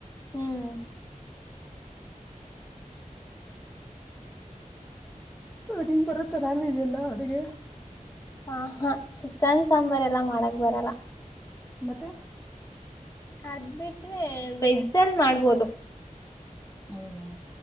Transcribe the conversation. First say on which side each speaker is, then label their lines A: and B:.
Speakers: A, on the left (about 25°); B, in the centre.
A: ಹ್ಮ್.
B: ಹ ನಿಂಗ್ ಬರುತ್ತಾ ನಾನ್ವೇಜ್ ಎಲ್ಲಾ ಅಡಗೆ.
A: ಹ ಹಾ ಚಿಕನ್ ಸಾಂಬಾರ್ ಎಲ್ಲ ಮಾಡಕ್ ಬರಲ್ಲ.
B: ಮತ್ತೆ
A: ಅದ್ ಬಿಟ್ರೆ ವೆಜ್ಜ್ ಅಲ್ ಮಾಡ್ಬೋದು.
B: ಹೌದಾ